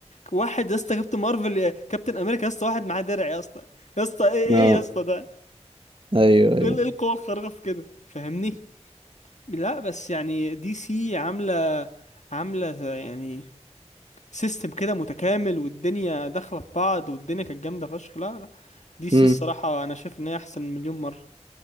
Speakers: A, on the left; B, on the right.
A: واحد يا اسطى كابتن مارفل يا كابتن امريكا يا اسطى واحد معاه درع يا اسطى يا اسطى ايه
B: اه
A: ايه يا اسطى ده
B: ايوه ايوه
A: ايه ال- إيه القوه الخارقه في كده فاهمني لا بس يعني دي سي عامله عامله يعني سيستم كده متكامل والدنيا داخله في بعض والدنيا كانت جامده فشخ لا لا دي سي
B: امم
A: الصراحه انا شايف ان هي احسن مليون مره